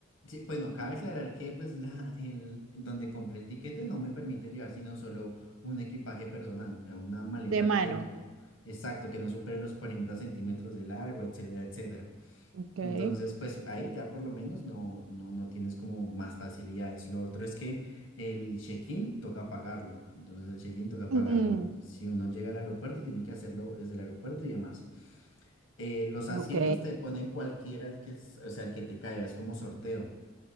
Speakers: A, on the left; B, on the right.
A: Sí, bueno, cabe aclarar que pues la, el, donde compré el tiquete no me permite llevar sino solo un equipaje personal, o sea, una maleta
B: de mano.
A: que no, exacto, que no supere los 40 centímetros de largo, etcétera, etcétera.
B: Ok.
A: Entonces, pues ahí ya por lo menos no, no, no tienes como más facilidades. Lo otro es que el check-in toca pagarlo, entonces el check-in toca pagarlo.
B: Mm,
A: Si uno llega al aeropuerto, tiene que hacerlo desde el aeropuerto y demás eh, los asientos
B: ok,
A: te ponen cualquiera el que, es- o sea, el que te caiga, es como sorteo.